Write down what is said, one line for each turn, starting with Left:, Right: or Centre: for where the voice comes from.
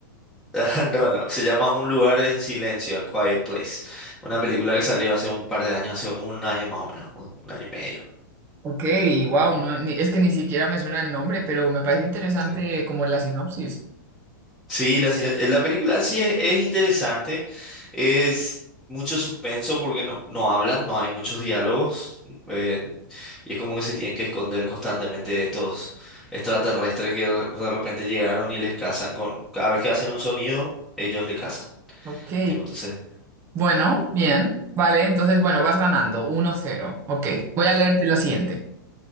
Centre: <laughs> No, no. Se llama Un lugar en silencio, A Quiet Place. Una película que salió hace un par de años, hace un año más o menos, un, un año y medio.
Right: Ok, wow, no, ni- es que ni siquiera me suena el nombre, pero me parece interesante
Centre: Sí,
Right: como la sinopsis.
Centre: Sí, la, cine- la película sí es, es interesante. Es mucho suspenso porque no, no hablan, no hay muchos diálogos. eh, y es como que se tienen que esconder constantemente de estos extraterrestres que de de repente llegaron y les cazan con... Cada vez que hacen un sonido, ellos le cazan.
Right: Ok,
Centre: Tipo, entonces...
Right: bueno, bien, vale, entonces, bueno, vas ganando, 1-0. Ok, voy a leerte la siguiente.